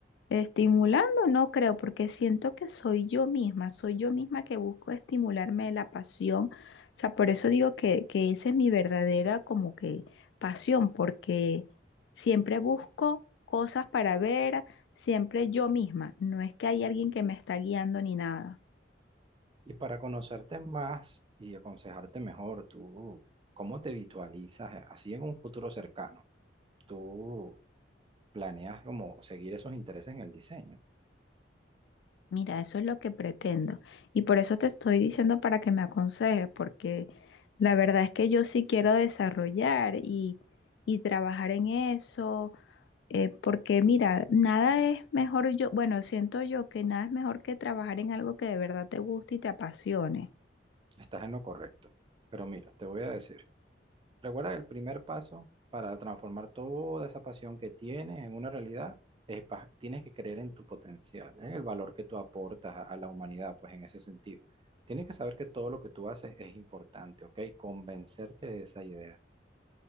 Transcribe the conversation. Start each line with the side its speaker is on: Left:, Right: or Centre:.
Left: estimulando, no creo, porque siento que soy yo misma, soy yo misma que busco estimularme la pasión. O sea, por eso digo que, que esa es mi verdadera como que pasión, porque siempre busco cosas para ver, siempre yo misma. No es que hay alguien que me está guiando ni nada.
Right: Y para conocerte más y aconsejarte mejor, tú, ¿cómo te visualizas así en un futuro cercano? ¿Tú planeas como seguir esos intereses en el diseño.
Left: Mira, eso es lo que pretendo. Y por eso te estoy diciendo para que me aconsejes, porque... La verdad es que yo sí quiero desarrollar y, y trabajar en eso, eh, porque mira, nada es mejor yo, bueno, siento yo que nada es mejor que trabajar en algo que de verdad te guste y te apasione.
Right: Estás en lo correcto. Pero mira, te voy a decir, recuerda que el primer paso para transformar toda esa pasión que tienes en una realidad es pa- tienes que creer en tu potencial, en el valor que tú aportas a, a la humanidad, pues en ese sentido. Tienes que saber que todo lo que tú haces es importante, ¿ok? Convencerte de esa idea.